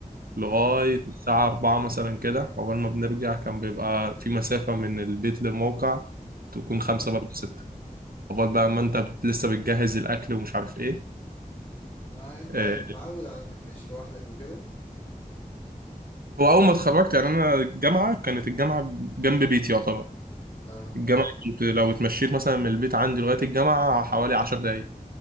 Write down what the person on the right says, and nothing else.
لغايه
الساعه 4 مثلا كده اول ما بنرجع كان بيبقى في مسافه من البيت للموقع تكون
خمسة برضه ستة لغايه بقى ما انت بت- لسه بتجهز الاكل ومش عارف ايه
آه،
هو اول ما اتخرجت يعني انا الجامعه كانت الجامعه جنب بيتي يعتبر
الجامعه كنت لو اتمشيت مثلا من البيت عندي لغايه الجامعه حوالي 10 دقائق